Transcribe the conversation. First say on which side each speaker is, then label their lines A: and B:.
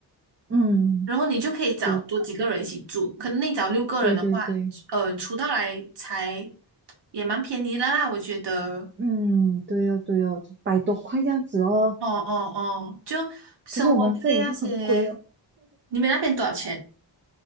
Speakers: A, on the right; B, on the right.
A: 嗯，
B: 然后你就可以找多几个人一起住，
A: 就百不错，
B: 可能你找六个人的话，
A: 对对对，
B: 呃，出到来才也蛮便宜的啦，我觉得。
A: 嗯，对哦对哦，百多块这样子哦，
B: 哦哦哦，就生活费那些，
A: 可是我们这里就很贵哦，
B: 你们那边多少钱？